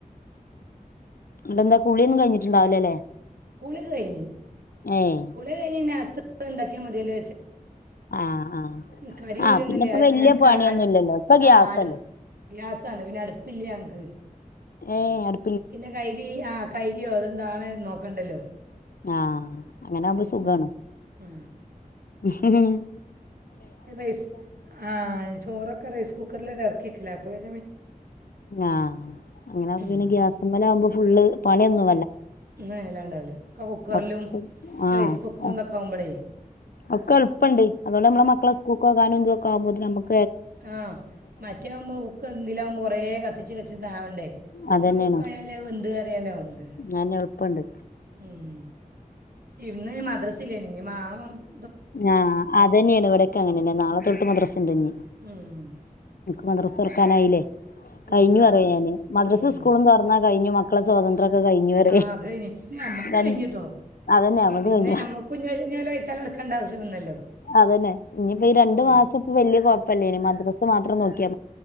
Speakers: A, on the left; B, on the right.
A: <unintelligible> എന്താ കുളിയൊന്നും കഴിഞ്ഞിട്ടുണ്ടാവില്ലല്ലേ
B: കുളി ഒക്കെ കഴിഞ്ഞ്
A: ഏയ്
B: കുളി കഴിഞ്ഞകത്ത് <inaudible> ക്യ മതിയല്ലോ
A: ആഹ്
B: <unintelligible>
A: ആഹ്
B: കരിം
A: ആഹ്
B: കുരുന്നില്ല
A: പിന്നെപ്പോ വല്യ
B: ഞക്ക്
A: പണിയൊന്നും
B: അട്
A: ഇല്ലല്ലോ ഇപ്പൊ ഗ്യാസല്ലേ
B: ആ അട് ഗ്യാസ്സാണ് അടുപ്പ്ല്ല ഞ <inaudible>
A: ഏയ് അട്
B: പിന്നെ <unintelligible> ആ കൈ യോ <unintelligible> നോക്കണ്ടല്ലോ
A: ആ അങ്ങനാവുമ്പോ
B: ഉം.
A: സുഖാണ്
B: ആ
A: ഹ് ഹ്
B: റൈസ് ആ ചോറൊക്കെ റൈസ് കുക്കറിലങ്ങട്ട് എറക്കിക്കല അപ്പൊ പി
A: ആഹ് അങ്ങനാകുമ്പോ
B: ഉം.
A: പിന്നെ ഗ്യാസ്മ്മലാകുമ്പോ ഫുള്ള് പണിയൊന്നു
B: <unintelligible> കുക്കറിലും
A: ഒക്കെ ആഹ്
B: റൈസ് കുക്കറും അതൊക്കെ ആവുമ്പോളേ
A: ഒക്കെ എളുപ്പുണ്ട് അതൊണ്ട് നമ്മെ മക്കളെ സ്കൂക്കകാനും എന്ത് <unintelligible>
B: ആഹ് മറ്റേവുമ്പോ കുക്ക് എന്തിലകുമ്പോ കൊറേ കത്തിച്ച് കത്തിച്ചാവണ്ടേ ഇത്ര
A: അതന്നെയാണ്
B: കുക്ക് ആയാലും അത് വെന്ത് അറിയാലോ മ്മക്
A: അതെന്നെ എളുപ്പണ്ട്
B: ഉം ഇന്ന് മതേർസ് ലേ <unintelligible>
A: ആഹ് അതന്നെയാണ് ഇവിടക്കെ അങ്ങനെന്നെ നാളെ തൊട്ട മദ്രസി ഇണ്ടോഞ്ഞി
B: ഉം
A: മദ്രസ് തൊർക്കാനായില്ലേ
B: മദ്രസ്
A: കഴിഞ്ഞു പറയ
B: ആ
A: ഞാന് മദ്രസ
B: ഉം
A: സ്കൂളും തുറന്നാ കഴിഞ്ഞു മക്കളെ സ്വാതന്ത്യമൊക്കെ കഴിഞ്ഞു പറയ
B: ആ അത് കഴിഞ്ഞ് പിന്നെ
A: <unintelligible>
B: നമ്മൾതും കഴിഞ്ഞിട്ടോ
A: അതന്നെ ഞമ്മളത്
B: പിന്നെ
A: കഴിഞ്ഞു
B: ഞമ്മക്കും ഇഞ്ഞ് വൈത്താലെ നടക്കണ്ട ആവശ്യം വന്നല്ലോ
A: അതന്നെ ഇനിയിപ്പ ഈ
B: സ്കൂ
A: രണ്ടു മാസം ഇപ്പോ വല്യ കൊഴപ്പല്ലേനി മദ്രസ മാത്ര നോക്കിയ